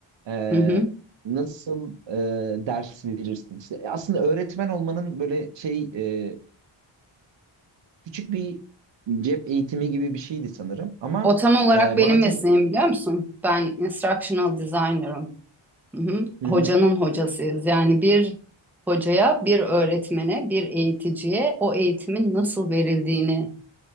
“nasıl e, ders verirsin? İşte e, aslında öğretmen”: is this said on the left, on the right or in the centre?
Right